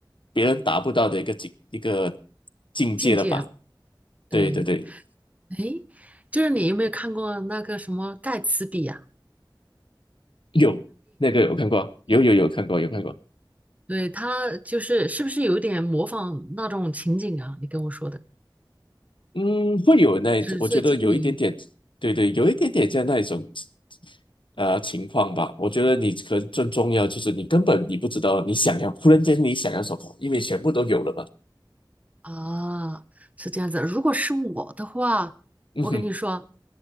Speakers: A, on the left; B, on the right.
A: 别人达不到的一个境一个境界了吧？
B: 境界了对，
A: 对对对，
B: 哎，就是你有没有看过那个什么盖茨比呀、
A: 有那个有看过，有有有看过有看过，
B: 对对，他就是是不是有点模仿那种情景啊？你跟我说的
A: 嗯，会有那一种，
B: 纸醉金迷。
A: 我觉得有一点点，对对，有一点点像那一种呃情况吧。我觉得你可能最重要就是你根本你不知道你想要，忽然间你想要什么，因为全部都有了吧？
B: 啊，是这样子。如果是我的话，
A: 嗯哼，
B: 我跟你说，